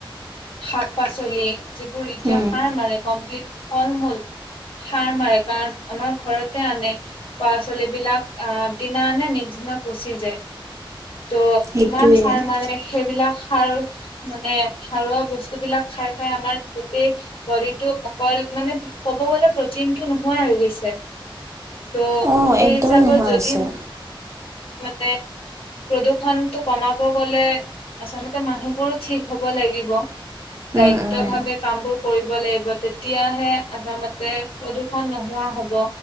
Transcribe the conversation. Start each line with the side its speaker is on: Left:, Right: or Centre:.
Left: শাক পাচলি যিবোৰ এতিয়া
Right: উম,
Left: সাৰ মাৰে কমপ্লিট ফল মূল সাৰ মাৰে কাৰণ আমাৰ ঘৰতে আনে পৰছালী বিলাক আগ দিনা আনে নেক্স দিনা পচি যায়। ত'
Right: সেইটোৱে।
Left: ইমান সাৰ মাৰে সেইবিলাক সাৰ মানে সাৰুৱা বস্তুবিলাক খাই খাই আমাৰ গোটেই বডিটো অকল মানে ক'ব গ'লে প্ৰটিনটো নোহোৱা হৈ গৈছে। ত'
Right: অ',
Left: সেই
Right: একদমেই
Left: হিচাপেও
Right: নোহোৱা
Left: যদি
Right: হৈছে।
Left: মানে প্ৰদূৰ্ষনটো কমাব গ'লে আচলতে মানুহবোৰো ঠিক হ'ব লাগিব।
Right: উম
Left: দায়িত্ব
Right: উম।
Left: ভাৱে কাম বোৰ কৰিব লাগিব। তেতিয়াহে আচলতে মতে প্ৰদূষণ নোহোৱা হ'ব